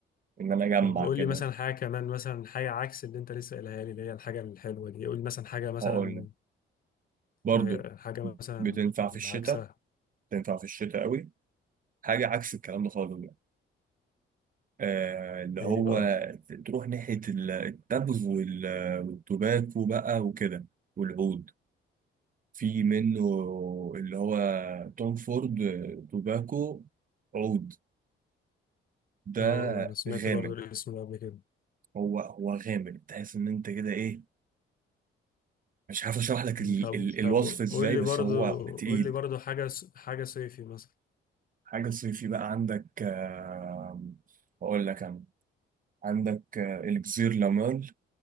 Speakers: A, on the right; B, on the left.
A: إن أنا أجمع
B: طب قول
A: كده
B: لي مثلا حاجة كمان مثلا حاجة عكس اللي انت لسه قايلها لي اللي هي الحاجة الحلوة دي قول لي مثلا حاجة مثلا
A: هقول لك برضه
B: آه، حاجة مثلا
A: بتنفع في الشتاء
B: عكسها
A: تنفع في الشتاء قوي حاجه عكس الكلام ده خالص بقى آه اللي
B: ايه
A: هو
B: بقى
A: تروح ناحيه ال- التبغ وال- والتباكو بقى وكده والعود في منه اللي هو توم فورد توباكو عود ده
B: اه انا سمعت
A: غامق
B: برضه الاسم ده قبل كده
A: هو هو غامق تحس ان انت كده ايه مش عارف اشرح لك
B: مم،
A: ال
B: طب
A: ال الوصف
B: طب
A: ازاي
B: قول لي
A: بس
B: برضه
A: هو تقيل
B: قول لي برضه حاجة س- حاجة صيفي مثلا
A: حاجه صيفي بقى عندك آه اقول لك انا عندك آه، الكزير لامال